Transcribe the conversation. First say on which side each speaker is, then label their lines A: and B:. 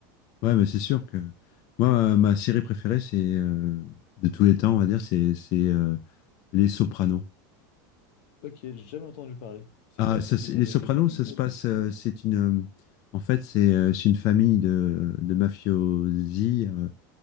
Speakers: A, on the left; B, on the left.
A: Ouais, mais c'est sûr que moi, ma ma série préférée, c'est euh, de tous les temps, on va dire, c'est c'est, euh, Les Sopranos.
B: Ok, j'ai jamais entendu parler. C'est
A: Ah,
B: quoi, c'est
A: ça,
B: un
A: c'est-
B: truc
A: les
B: de,
A: Sopranos,
B: de musique,
A: ça
B: j'imagine?
A: se passe. euh, c'est une, euh, en fait, c'est euh, c'est une famille de, de mafiosi euh,